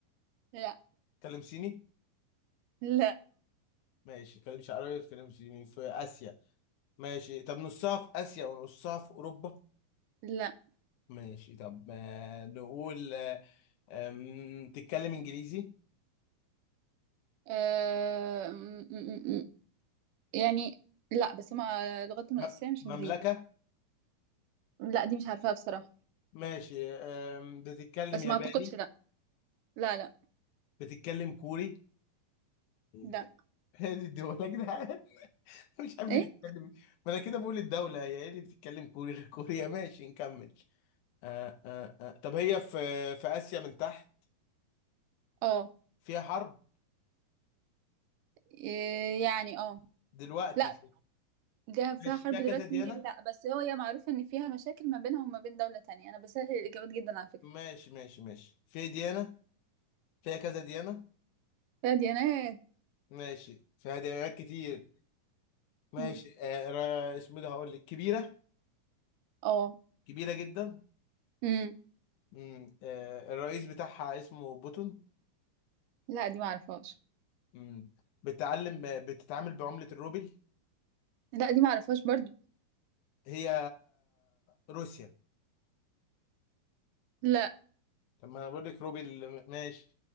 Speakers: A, on the right; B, on the left.
A: لا
B: تكلم صيني
A: لا
B: ماشي تكلمش عربي تكلم صيني في اسيا ماشي طب نصها في اسيا ونصها في اوروبا
A: لا
B: ماشي طب آه، نقول آه، آم، تتكلم انجليزي
A: آه... م- م- م- يعني لا بس ما لغتهم
B: م-
A: الأساسية مش
B: مملكه
A: إنجليزي لا دي مش عارفاها بصراحة
B: ماشي آم، بتتكلم
A: بس
B: ياباني
A: ما أعتقدش لا لا لا
B: بتتكلم كوري <laughs>
A: لا
B: هذه الدول يا جدعان <laughs> مش عارف
A: إيه
B: بتتكلم إيه. ما انا كده بقول الدولة هي ايه اللي بتتكلم كوري غير كوريا <laughs> ماشي نكمل آه آه آه. طب هي في في آسيا من تحت
A: اه
B: فيها حرب
A: إيه، يعني اه
B: دلوقتي
A: لا
B: في
A: ده فيها
B: ماشي
A: حرب
B: فيها
A: دلوقتي
B: كذا ديانة
A: لا بس هو هي معروفة إن فيها مشاكل ما بينها وما بين دولة تانية أنا بسهل الإجابات جدا على فكرة
B: ماشي ماشي ماشي في ديانة فيها كذا ديانة
A: فيها ديانات
B: ماشي فيها ديانات كتير ماشي
A: امم
B: آه را- اسمه ده هقول لك كبيرة
A: اه
B: كبيرة جدا
A: امم
B: مم. آه الرئيس بتاعها اسمه بوتون
A: لا دي ما أعرفهاش
B: مم. بتعلم بتتعامل بعملة الروبل
A: لا دي معرفهاش برضو
B: هي روسيا
A: لا
B: طب ما انا بقول لك روبي ال- ماشي